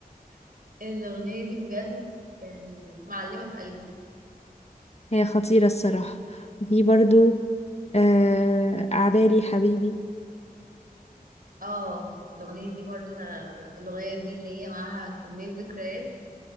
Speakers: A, on the right; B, on the left.
A: <laughs> الاغنية دي بجد يعني معلمة في قلبي
B: هي خطيرة الصراحة وفي برضو آه أعدالي حبيبي
A: اه الاغنية دي برضه لا لا لا لا. الاغنية دي اللي هي معاها كمية ذكريات